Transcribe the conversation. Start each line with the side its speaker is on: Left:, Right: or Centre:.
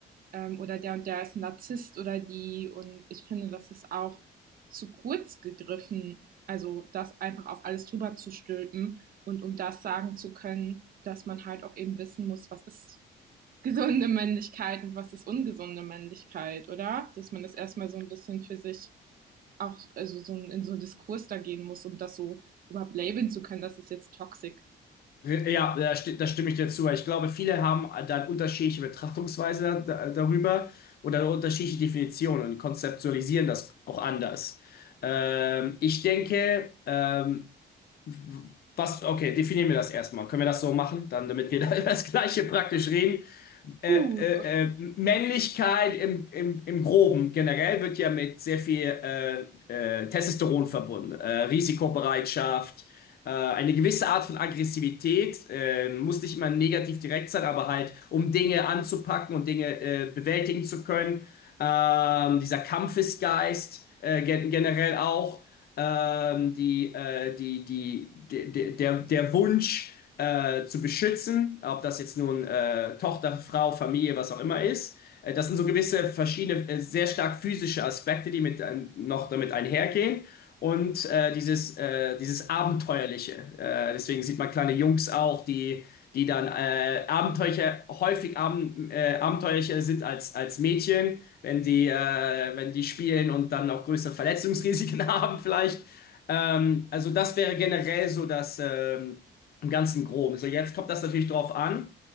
Right: ähm, oder der und der ist ein Narzisst oder die. Und ich finde, das ist auch zu kurz gegriffen, also das einfach auf alles drüber zu stülpen und um das sagen zu können, dass man halt auch eben wissen muss, was ist gesunde Männlichkeit und was ist ungesunde Männlichkeit, oder? Dass man das erstmal so ein bisschen für sich auch also so in so einen Diskurs da gehen muss, um das so überhaupt labeln zu können, das ist jetzt toxisch.
Left: Ja, da, sti- da stimme ich dir zu. Ich glaube, viele haben dann unterschiedliche Betrachtungsweise da, darüber oder eine unterschiedliche Definitionen und konzeptualisieren das auch anders. Ähm, ich denke, ähm, w- was, okay, definieren wir das erstmal. Können wir das so machen, dann, damit wir <laughs> da über das Gleiche praktisch reden? äh,
Right: Gut,
Left: äh, äh, Männlichkeit im, im, im Groben generell wird ja mit sehr viel äh, äh, Testosteron verbunden. Äh, Risikobereitschaft, äh, eine gewisse Art von Aggressivität, äh, muss nicht immer negativ direkt sein, aber halt, um Dinge anzupacken und Dinge äh, bewältigen zu können. Ähm, dieser Kampfesgeist äh, gen generell auch ähm, die, äh, die, die, de, de, der, der Wunsch äh, zu beschützen, ob das jetzt nun äh, Tochter, Frau, Familie, was auch immer ist. Äh, Das sind so gewisse verschiedene, äh, sehr stark physische Aspekte, die mit, ein- noch damit einhergehen. Und äh, dieses, äh, dieses Abenteuerliche. Äh, deswegen sieht man kleine Jungs auch, die die dann äh, Abenteuer, häufig Abend, äh, abenteuerlicher sind als, als Mädchen, wenn die, äh, wenn die spielen und dann auch größere Verletzungsrisiken <laughs> haben vielleicht. Ähm, also das wäre generell so das ähm, im ganzen Groben. So jetzt kommt das natürlich drauf an,